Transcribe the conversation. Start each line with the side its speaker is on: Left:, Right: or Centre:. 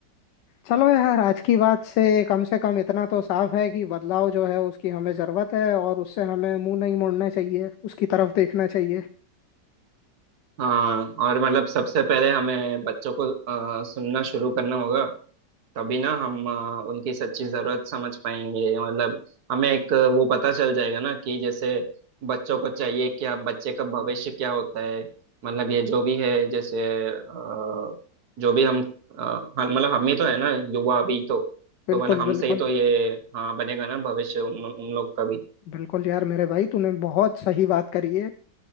Left: चलो यार आज की बात से कम से कम इतना तो साफ है कि बदलाव जो है उसकी हमें जरूरत है और उससे हमें मुंह नहीं मोड़ना चाहिए उसकी तरफ देखना चाहिए
Right: हाँ और मतलब सबसे पहले हमें बच्चों को अ, सुनना शुरू करना होगा तभी ना हम अ, उनकी सच्ची जरूरत समझ पाएंगे मतलब हमें एक वो पता चल जाएगा ना कि जैसे बच्चों को चाहिए क्या बच्चे का भविष्य क्या होता है मतलब ये जो भी है जैसे अ, जो भी हम अ, हाँ, मतलब हम ही तो है ना युवा अभी तो
Left: बिल्कुल
Right: तो मतलब हमसे
Left: बिल्कुल
Right: ही तो ये हाँ बनेगा ना भविष्य उन, उन लोग का भी
Left: बिल्कुल यार मेरे भाई तूने बहुत सही बात करी है